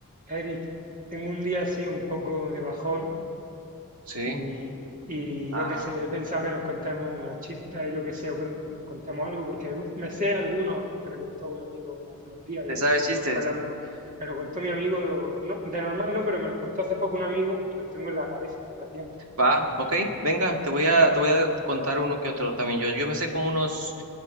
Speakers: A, on the right (about 35°); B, on the right (about 70°).
A: Eric, tengo un día así un poco de bajón
B: Sí.
A: y, y
B: Ah,
A: yo qué sé, he pensado que nos contemos unos chistes, yo qué sé, o cuen- nos contemos algo, porque ul- me sé algunos que me contó un amigo hace unos días
B: ¿te
A: y los
B: sabes
A: tengo
B: chistes?
A: frescos en la memoria. Me lo contó mi amigo, no- de normal no, pero me los contó hace poco un amigo y los tengo en la cabeza, reciente.
B: Va, ok, venga, te voy a, te voy a contar uno que otro también. Yo, yo me sé como unos,